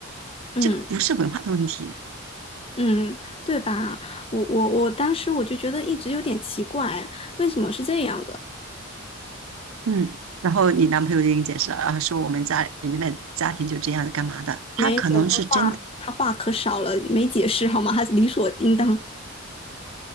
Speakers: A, on the left (about 25°); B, on the right (about 85°).
A: 嗯
B: 这个不是文化的问题。
A: 嗯，对吧？我我我当时我就觉得一直有点奇怪，为什么是这样的？
B: 嗯，然后你男朋友就给你解释了，啊，说我们家里面的家庭就这样子干嘛的，
A: 没有，
B: 他可能是真的，
A: 他话可少了，没解释好吗？他理所应当，